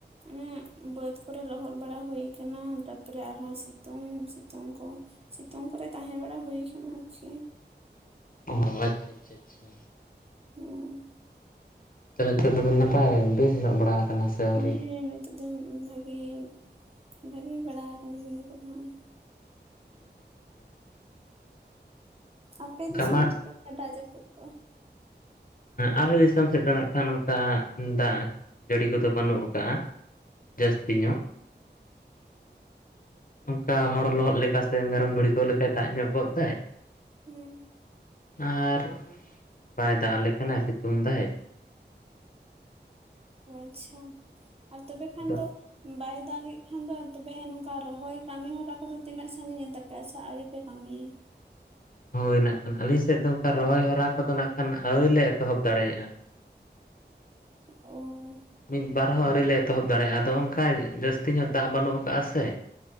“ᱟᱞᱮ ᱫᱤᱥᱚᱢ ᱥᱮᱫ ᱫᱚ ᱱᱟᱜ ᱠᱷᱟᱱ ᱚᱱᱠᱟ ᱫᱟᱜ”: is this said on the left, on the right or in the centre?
Left